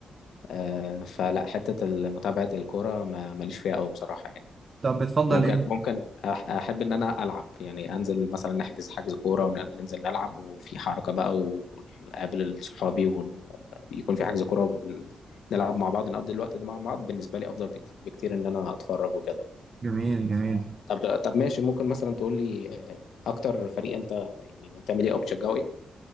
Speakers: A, on the left (about 85°); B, on the right (about 35°).
A: آه، فلا حتة متابعة الكورة ما- ماليش فيها قوي بصراحة يعني
B: طب بتفضل
A: ممكن
B: ايه
A: ممكن أح- احب ان انا العب يعني انزل مثلا نحجز حجز كوره وننزل نلعب وفي حركه بقى ونقابل صحابي ويكون في حجز كوره ون- نلعب مع بعض نقضي الوقت ده مع بعض بالنسبه لي افضل بك- بكتير ان انا اتفرج وكده
B: جميل جميل
A: ف- طب طب ماشي ممكن مثلا تقول لي آه، اكتر فريق انت يعني منتمي ليه او بتشجعه ايه